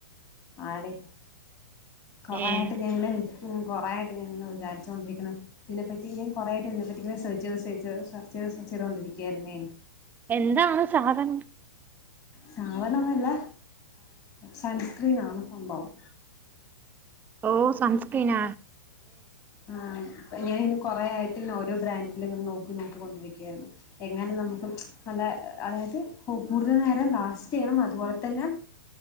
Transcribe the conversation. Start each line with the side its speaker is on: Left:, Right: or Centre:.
Left: ആടി കൊറോയിട്ട്
Right: ഏഹ്
Left: ഞങ്ങള് കൊറേആയിട് ഞ വിചാരിച്ചൊണ്ടിരിക്ക പിന്നെ ഇതിനെപ്പറ്റി ഞാൻ കുറൊയിട്ട് ഇതിനെ പറ്റിയും കൊറേക്കെ ഇത്‌നെ പറ്റിം സേച് ചെയ്ത് സേച് സെർചെയ്ത് സെർചെയ്തോണ്ടിരിക്കുവായിരുന്നേ
Right: എന്താണ് സാധനം
Left: സാധനന്നുല്ല സൺസ്ക്രീൻ ആണ സംഭവം
Right: ഓ സൺസ്‌ക്രീന
Left: ആ ഞാന കൊറ ആായിട്ട് ഇ ഓരോ ബ്രാൻഡ് എല്ലാങ്ങനെ നോക്കി നോക്കിക്കൊണ്ടിരിക്കാ യിരുന്നു എങ്ങനെ നമുക്കും നല്ല അതായത് ഓ കൂടുതൽ നേരം ലാസ്റ്റ്യ്യണം അതുപോലെ തന്നെ